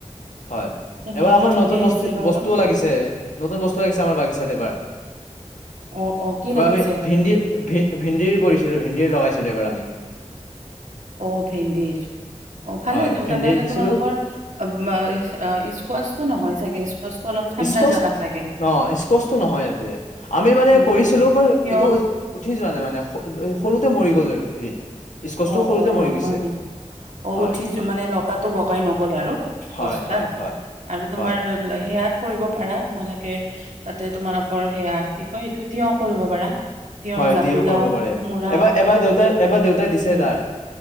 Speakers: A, on the left; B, on the right.
A: হয়
B: তেনেহলে
A: এবাৰ আমাৰ
B: ঠিকে
A: নতুন বস্তু
B: আছে বাৰু
A: বস্তু লাগিছে নতুন বস্তু লাগিছে আমাৰ বাগিচাত এবাৰ এইবাৰ
B: অ অ কি লাগিছে
A: আমি ভিন্দি ভ ভেন্দিৰ কৰিছিলোঁ। ভেন্দিৰ লগাইছিলোঁ এইবাৰ আমি।
B: অ', ভেন্দিৰ। অ', ভালেইেতো
A: হয় ভেন্দিৰ
B: তেনেহলে
A: দিছিলোঁ
B: তোমালোকৰ অ-ব অ', স্কোৱাচটো নহয় চাগে? স্কোৱাচটো অলপ ঠাণ্ডা
A: স্কচ
B: জাগাত লাগে
A: ন স্কচটো নহয় ইয়াতে, আমি মানে
B: উম
A: কৰিছিলোঁ
B: হুম
A: পৰ
B: কিয়
A: এইটো উঠি যোৱা নাই মা মানে <unintelligible> সৰুতে মৰি গ'ল আৰু হেৰি স্কচটো
B: অ',
A: সৰুতে
B: অ',
A: মৰি গৈছে
B: হয় নেকি। অ',
A: হয়
B: উঠিছো মানে লতাটো বগাই নগ'ল আৰু।
A: হয়
B: গছডাল
A: হয় হয়
B: আৰু তোমাৰ
A: হয়
B: লৈ সেয়াত কৰিব পাৰা তোমালোকে তাতে তোমালোকৰ সেয়া কি কয়, এইটো তিয়হ কৰিব পাৰা। তিয়হ
A: হয়
B: জাতিলাও
A: এতিয়াও কৰিব পাৰে
B: কোমোৰা
A: এবাৰ এবাৰ দেউতাৰ এবাৰ দেউতা তে দিছে
B: হম হম
A: তাৰ।